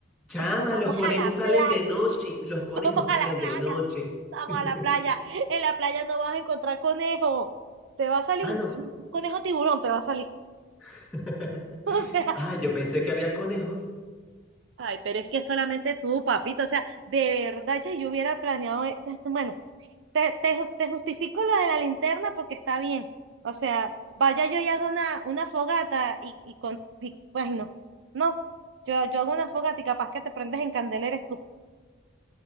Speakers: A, in the centre; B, on the right.
A: Chama,
B: pues, pues, Vamos
A: los conejos
B: a la
A: salen
B: playa,
A: de noche.
B: <laughs>
A: Los conejos
B: vamos
A: salen
B: a la playa,
A: de noche.
B: vamos
A: <laughs>
B: a la playa. En la playa no vas a encontrar conejo. Te va a salir
A: Ah,
B: un,
A: no.
B: un conejo tiburón, te va a salir. <laughs>
A: <laughs>
B: O sea,
A: Ah, yo pensé que había conejos.
B: Ay, pero es que solamente tú, papito, o sea, de verdad ya yo hubiera planeado, eh, ya está- bueno, te, te, ju- te justifico lo de la linterna porque está bien, o sea, vaya yo y hago una, una fogata y, y con, y, ay, no, no, yo, yo hago una fogata y capaz que te prendes en candela eres tú,